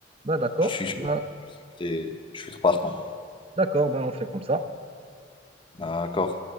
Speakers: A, on the right; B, on the left.
A: Ben d'accord,
B: Je suis chaud.
A: ben,
B: C'est- Je suis partant.
A: d'accord, ben on fait comme ça.
B: D'accord.